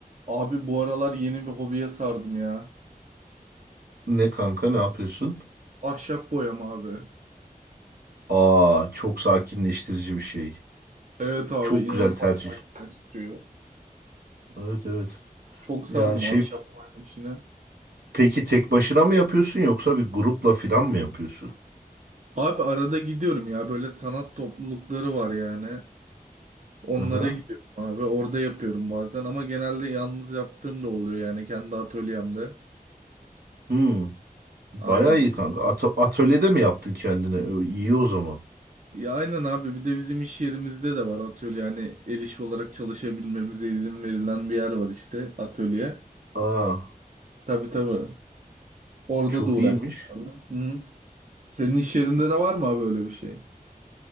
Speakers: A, on the right (about 50°); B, on the right (about 80°).
A: Abi bu aralar yeni bir hobiye sardım ya.
B: Ne kanka ne yapıyorsun?
A: Ahşap boyama abi.
B: Aa çok sakinleştirici bir şey.
A: Evet abi
B: Çok
A: inanılmaz
B: güzel tercih.
A: sakinleştiriyor.
B: Evet evet.
A: Çok
B: Ya
A: sardım
B: şey
A: ahşap boyama işine.
B: peki tek başına mı yapıyorsun yoksa bir grupla filan mı yapıyorsun?
A: Abi arada gidiyorum ya böyle sanat toplulukları var yani. Onlara
B: Aha.
A: gidiyorum abi. Orada yapıyorum bazen ama genelde yalnız yaptığım da oluyor yani kendi atölyemde.
B: Hmm. Bayağı
A: Aynen.
B: iyi kanka. Ato- atölyede mi yaptın kendine? Ö, İyi o zaman.
A: Ya aynen abi bir de bizim iş yerimizde de var atölye. Yani el işi olarak çalışabilmemize izin verilen bir yer var işte atölye.
B: Aa
A: Tabii tabii. Orada
B: çok
A: da uğraştık
B: iyiymiş.
A: abi. Hı. Senin iş yerinde de var mı abi öyle bir şey?